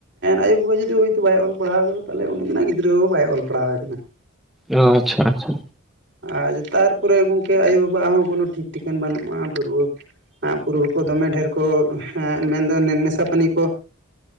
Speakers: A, on the right (about 55°); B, in the centre.
A: ᱟᱭᱳ ᱵᱟᱵᱟ ᱡᱩᱫᱤ ᱦᱳᱭᱛᱳ ᱵᱟᱭ ᱚᱞ ᱯᱟᱲᱦᱟᱣ ᱛᱟᱦᱚᱞᱮ ᱩᱱᱤ ᱜᱤᱫᱽᱨᱟᱹ ᱦᱚ ᱵᱟᱭ ᱚᱞ ᱯᱟᱲᱦᱟᱣ ᱟᱠᱟᱱᱟ᱾
B: ᱚ ᱟᱪᱪᱷᱟ ᱟᱪᱪᱷᱟ
A: ᱟᱨ ᱛᱟᱨ ᱯᱚᱨᱮ ᱜᱚᱢᱠᱮ ᱟᱭᱳ ᱵᱟᱵᱟᱜ-ᱟ ᱦᱚ ᱠᱳᱱᱳ ᱴᱷᱤᱠ ᱴᱷᱤᱠᱟᱹᱱ ᱵᱟᱱᱩᱜᱼᱟ᱾ ᱯᱩᱨᱩ ᱼᱼ ᱫᱚᱢᱮ ᱰᱷᱮᱨ ᱠᱚ ᱢᱮᱱ ᱫᱚ ᱱᱮᱥᱟ ᱯᱟᱹᱱᱤ ᱠᱚᱼᱼ